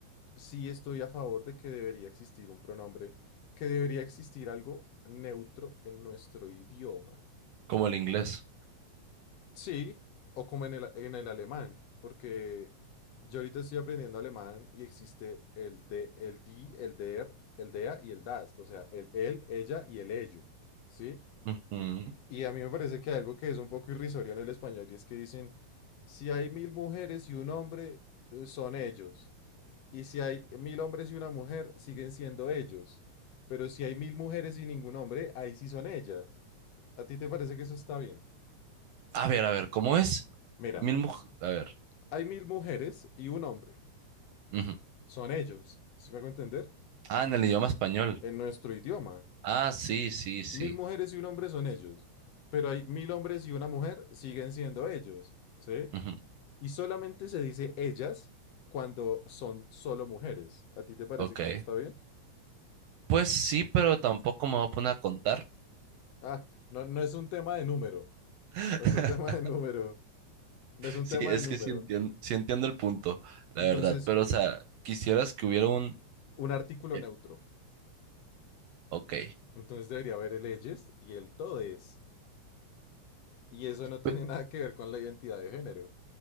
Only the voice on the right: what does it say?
Como el inglés.
Ujú.
A ver, a ver, ¿cómo es?
Mil muj- A ver.
ujú.
Ah, en el idioma español.
Ah, sí, sí, sí.
Ujú,
Ok.
Pues sí, pero tampoco me voy a poner a contar.
<laughs>
Sí,
es
que sí entiendo, sí entiendo el punto, la
verdad. Pero, o sea, quisieras que hubiera un...
el-
Ok.
Pe-